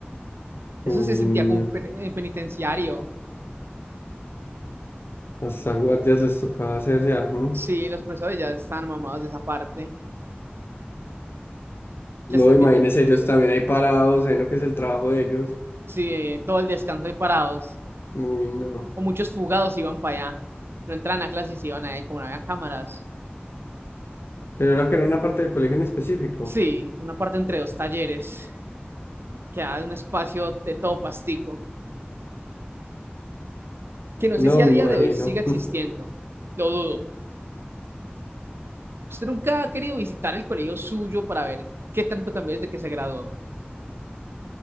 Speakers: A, on the right (about 75°); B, on the left (about 70°).
A: Eso
B: Uy,
A: se sentía
B: no.
A: como un pen- en penitenciario.
B: Hasta guardias les tocaba hacer ya. ¿no?
A: Sí, los profesores ya están mamados de esa parte.
B: No,
A: Ya hasta el
B: imagínense
A: fin-
B: ellos también ahí parados, ahí lo que es el trabajo de ellos.
A: sí, todo el descanso ahí parados.
B: Uy, no.
A: O muchos fugados iban para allá. No entran a clases y se iban ahí como no había cámaras.
B: Pero era que era una parte del colegio en específico.
A: Sí, una parte entre dos talleres. Quedaba un espacio de todo pastico. Que no
B: No,
A: sé si a
B: me
A: día
B: imagino.
A: de hoy siga existiendo. Lo dudo. ¿Usted nunca ha querido visitar el colegio suyo para ver qué tanto cambió desde que se graduó?